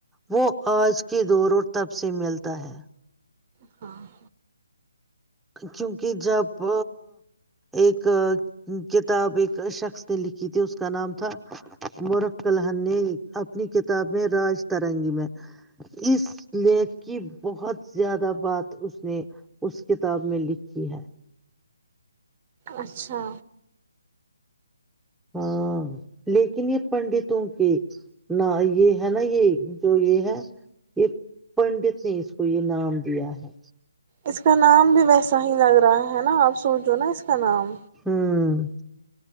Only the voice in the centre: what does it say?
وہ آج کے دور تب سے ملتا ہے
کیونکہ جب ایک کتاب ایک شخص نے لکھی تھی اس کا نام تھا مورکھ کلن نے اپنی کتاب میں راج ترنگی میں اس لی کی بہت زیادہ بات اس نے اس کتاب میں لکھی ہے
ہاں لیکن یہ پنڈتوں کے ن یہ ہے نا یہ جو یہ ہے یہ پنڈت نے اس کو یہ نام دیا ہے
ہوں <unintelligible>